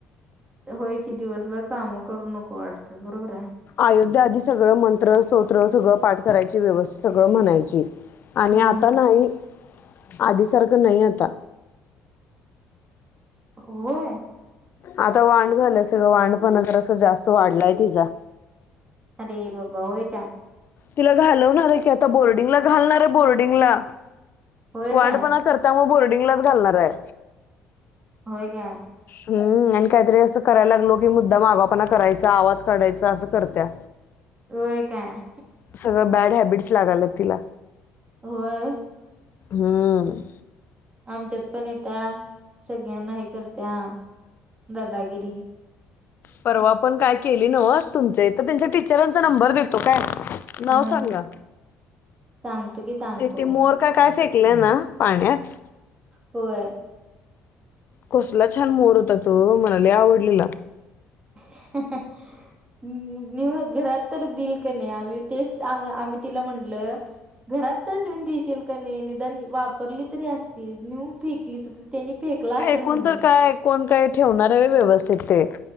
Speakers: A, on the right; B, on the left.
A: होय की दिवसभर काम करू नको वाटतात बरोबर आहे
B: अयोध्या आधी सगळं मंत्र स्तोत्र सगळं पाठ करायची व्यवस्थित सगळं म्हणायची आणि
A: हा
B: आता नाही आधीसारखं नाही आता
A: होय
B: आता वांढ झालं अस ग वांढ पण तर असं जास्त वाढलाय तिचा
A: अरे बाबा होय का
B: तिला घालवणार आहे की आता बोर्डिंगला घालणार आहे बोर्डिंगला
A: होय
B: क्ांडपणा
A: काय
B: करता मग बोर्डिंगलाच घालणार आहे
A: होय का
B: हम्म आणि काहीतरी असं करायला लागलो की मुद्दा मागापणा करायचा आवाज काढायचा असं करत्या
A: होय काय
B: सगळं बॅड हॅबिट्स लागाल तिला
A: होय
B: हम
A: आमच्यात पणयेत्या, सगळ्यांना हेकरत्या दादागिरी.
B: परवा पण काय केली नव्ह, तुमच्या इथ त्यांच्या टीचरांचा नंबर देतो काय. नाव
A: हा
B: सांगा?
A: सांगतो की सांगतो
B: तिथे मोर का काय फेकलेय ना! पाण्यात
A: होय!
B: कसला छान मोर होता तो! म्हणाले आवडलेला.
A: <unintelligible> नि मग घरात तर दिल का नाही? आम्ही तेच आम्हा आम्ही तिला म्हटलं! घरात तर नेऊन दिशीलकानयी निदान वापरली तरी असती नेऊन फेकलीस त्यांनी- फेकला असेल
B: एकूण
A: म्हणलं
B: तर काय, कोण काय ठेवणार आहे व्यवस्थित ते?